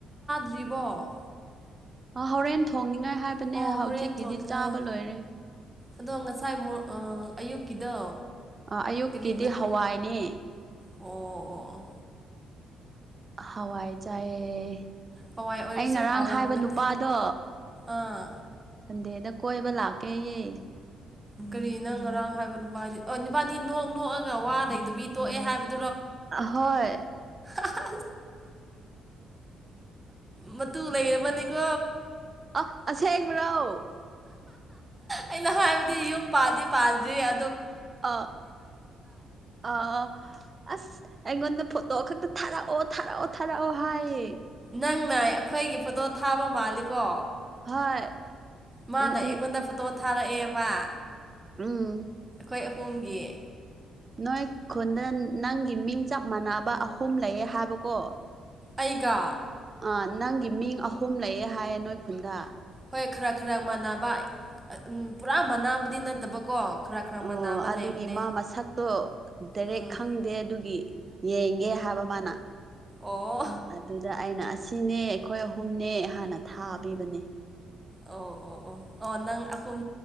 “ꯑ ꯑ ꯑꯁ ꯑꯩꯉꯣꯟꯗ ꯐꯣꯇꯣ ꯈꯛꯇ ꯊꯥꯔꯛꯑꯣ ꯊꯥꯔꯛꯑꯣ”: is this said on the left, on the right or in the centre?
Right